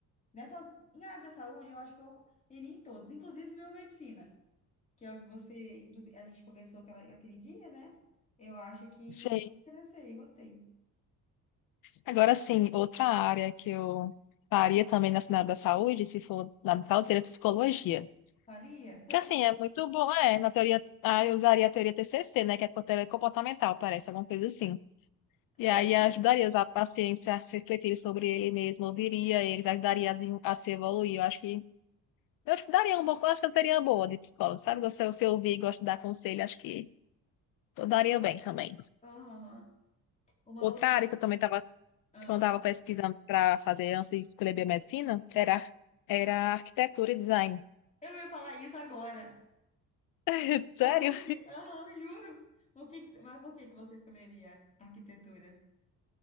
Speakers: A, on the left; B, on the left.
A: nessas, em área da saúde, eu acho que eu iria em todas, inclusive biomedicina que é o que você, inclusive, a gente conversou aquela, aquele dia, né? Eu acho que
B: Sei.
A: me interessei, gostei.
B: Agora sim, outra área que eu faria também na área da saúde, se for lá na da saúde, seria psicologia.
A: Faria? Por
B: Que assim,
A: quê?
B: é muito bom, é, na teoria, ah, eu usaria a teoria TCC, né, que é a teoria comportamental, parece, alguma coisa assim. E
A: É?
B: aí ajudaria os pacientes a se refletirem sobre ele mesmo, ouviria eles, ajudaria a, desen- a se evoluir. Eu acho que, eu acho que daria um bom, eu acho que eu teria uma boa de psicólogo, sabe? Se eu, se eu ouvir, gosto de dar conselho, acho que eu daria bem também.
A: Aham. Uma
B: Outra
A: outra.
B: área que eu também tava,
A: Ah.
B: que eu andava pesquisando para fazer antes de escolher biomedicina era, era arquitetura e design.
A: Eu ia falar isso agora.
B: <laughs> Sério?
A: Mas por quê? Aham, juro. Por que que você- Mas por que que você escolheria arquitetura?